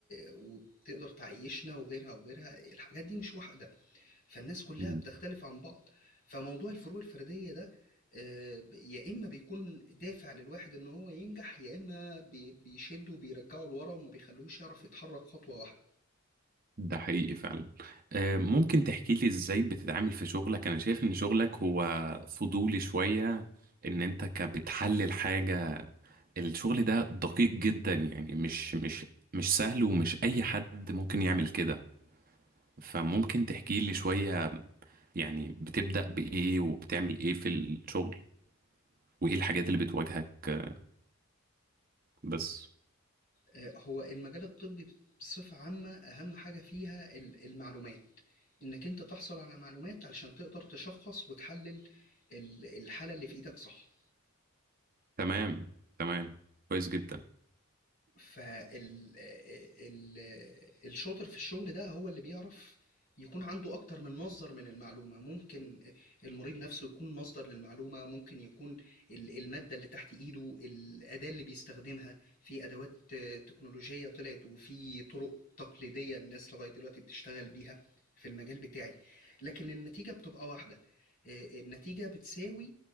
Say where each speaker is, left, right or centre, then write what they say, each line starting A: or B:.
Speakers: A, on the left; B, on the right.
A: وبتقدر تعيشنا وغيرها وغيرها الحاجات دي مش واحده فالناس كلها
B: مم.
A: بتختلف عن بعض فموضوع الفروق الفردية ده آه، ب- يا إما بيكون دافع للواحد إن هو ينجح يا إما بي- بيشده وبيرجعه لورا وما بيخلوش يعرف يتحرك خطوة واحدة
B: ده حقيقي فعلا آه، ممكن تحكي لي ازاي بتتعامل في شغلك انا شايف ان شغلك هو فضولي شوية ان انت ك- بتحلل حاجة الشغل ده دقيق جدا يعني مش مش مش سهل ومش اي حد ممكن يعمل كده فممكن تحكي لي شوية يعني بتبدأ بإيه وبتعمل إيه في الشغل وإيه الحاجات اللي بتواجهك آه، بس
A: آه، هو المجال الطبي بصفة عامة أهم حاجة فيها ال- المعلومات إنك أنت تحصل على معلومات علشان تقدر تشخص وتحلل ال- الحالة اللي في إيدك صح
B: تمام تمام كويس جدا
A: فال ال الشاطر في الشغل ده هو اللي بيعرف يكون عنده أكتر من مصدر من المعلومة ممكن المريض نفسه يكون مصدر للمعلومة ممكن يكون ال- المادة اللي تحت إيده الأداة اللي بيستخدمها في أدوات آه، تكنولوجية طلعت وفي طرق تقليدية الناس لغاية دلوقتي بتشتغل بيها في المجال بتاعي لكن النتيجة بتبقى واحدة آه، النتيجة بتساوي